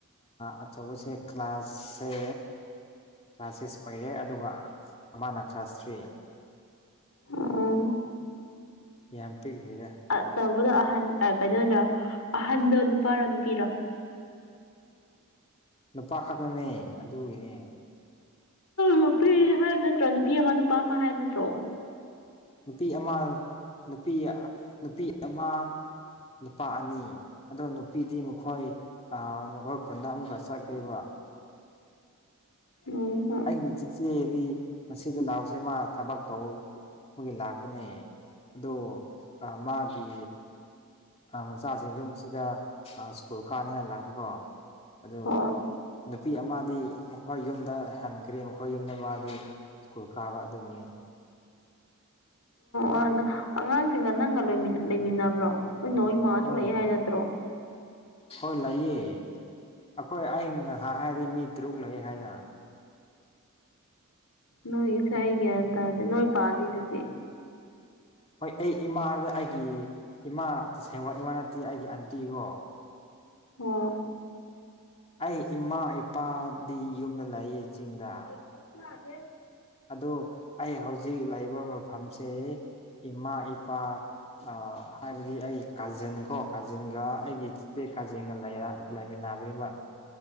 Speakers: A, on the left; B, on the left.
A: ꯑꯆꯧꯕꯁꯦ ꯀ꯭ꯂꯥꯁꯁꯦ ꯀ꯭ꯂꯥꯁ ꯁꯤꯛꯁ ꯑꯣꯏꯔꯦ ꯑꯗꯨꯒ ꯑꯃꯅ ꯀ꯭ꯂꯥꯁ ꯊ꯭ꯔꯤ
B: ꯑꯝ
A: ꯌꯥꯝ ꯄꯤꯛꯂꯤꯗ
B: ꯑꯆꯧꯕꯗꯣ ꯑꯍꯟ ꯑ ꯀꯩꯅꯣꯗꯣ ꯑꯍꯟꯗꯣ ꯅꯨꯄꯥꯔꯣ ꯅꯨꯄꯤꯔꯣ
A: ꯅꯨꯄꯥ ꯈꯛꯇꯅꯦ ꯑꯗꯨꯒꯤꯅꯦ
B: ꯅꯨꯄꯤ ꯍꯥꯏ ꯅꯠꯇ꯭ꯔꯣ ꯅꯨꯄꯤ ꯑꯃ ꯅꯨꯄꯥ ꯑꯃ ꯍꯥꯏꯕ ꯅꯠꯇ꯭ꯔꯣ
A: ꯅꯨꯄꯤ ꯑꯃ ꯅꯨꯄꯤ ꯅꯨꯄꯤ ꯑꯃ ꯅꯨꯄꯥ ꯑꯅꯤ ꯑꯗꯣ ꯅꯨꯄꯤꯗꯤ ꯃꯈꯣꯏ ꯃꯈꯣꯏ ꯈꯨꯟꯗ ꯑꯃꯨꯛꯀ ꯆꯠꯈ꯭ꯔꯤꯕ
B: ꯎꯝ ꯍꯣꯢ
A: ꯑꯩꯅꯥ ꯏꯆꯤꯛ ꯆꯤꯛꯑꯦꯗꯤ ꯃꯁꯤꯗ ꯂꯥꯛꯕꯖꯦ ꯃꯥ ꯊꯕꯛ ꯇꯧ ꯇꯧꯕꯒꯤ ꯂꯥꯛꯄꯅꯦ ꯑꯗꯣ ꯑꯥ ꯃꯥꯒꯤ ꯃꯆꯥꯁꯤꯡꯖꯨ ꯑꯁꯤꯗ ꯁ꯭ꯀꯨꯜ ꯀꯥꯅꯤꯡꯉꯥꯏ ꯂꯥꯛꯄꯀꯣ ꯑꯗꯨ
B: ꯑꯣ
A: ꯅꯨꯄꯤ ꯑꯃꯗꯤ ꯃꯈꯣꯏ ꯌꯨꯝꯗ ꯍꯥꯟꯈ꯭ꯔꯦ ꯃꯈꯣꯏ ꯌꯨꯝꯗ ꯃꯥꯗꯤ ꯁ꯭ꯀꯨꯜ ꯀꯥꯕ ꯑꯗꯨꯒꯤꯅꯦ
B: ꯑꯣ ꯑꯉꯥꯡꯁꯤꯡꯒ ꯅꯪꯒ ꯂꯩꯃꯤꯟꯅꯕ꯭ꯔꯣ ꯅꯣꯏ ꯃꯥꯁꯨ
A: ꯍꯣꯏ
B: ꯂꯩ ꯍꯥꯏ ꯅꯠꯇ꯭ꯔꯣ
A: ꯍꯣꯏ ꯂꯩꯌꯦ ꯑꯩꯈꯣꯏ ꯑꯩꯅ ꯅꯍꯥꯟ ꯍꯥꯏꯗꯤ ꯃꯤ ꯇꯔꯨꯛ ꯂꯩ ꯍꯥꯏꯅ
B: ꯅꯣꯏꯒꯤꯁꯦ ꯑꯩ ꯒ꯭ꯌꯥꯟ ꯇꯥꯗꯦ ꯅꯣꯏ ꯄꯥꯗꯤ ꯑꯗꯨꯗꯤ
A: ꯍꯣꯏ ꯑꯩ ꯏꯃꯥ ꯍꯥꯏꯗꯣ ꯑꯩꯒꯤ ꯏꯃꯥ ꯇꯁꯦꯡꯕ ꯏꯃꯥ ꯅꯠꯇꯦ ꯑꯩꯒꯤ ꯑꯟꯇꯤꯀꯣ
B: ꯑꯣ
A: ꯑꯩ ꯏꯃꯥ ꯏꯄꯥꯗꯤ ꯌꯨꯝꯗ ꯂꯩ ꯆꯤꯡꯗ
B: ꯑꯩꯁꯨ ꯂꯥꯛꯑꯒꯦ
A: ꯑꯗꯨ ꯑꯩ ꯍꯧꯖꯤꯛ ꯂꯩꯕ ꯃꯐꯝꯁꯦ ꯏꯃꯥ ꯏꯄꯥ ꯑꯥ ꯍꯥꯏꯕꯗꯤ ꯑꯩ ꯀꯥꯖꯤꯟꯀꯣ ꯀꯥꯖꯤꯟꯒ ꯑꯩꯒꯤ ꯆꯤꯆꯦ ꯀꯥꯖꯤꯟꯒ ꯂꯩꯔꯦ ꯂꯩꯥꯃꯤꯟ ꯅꯥꯕꯅꯦꯕ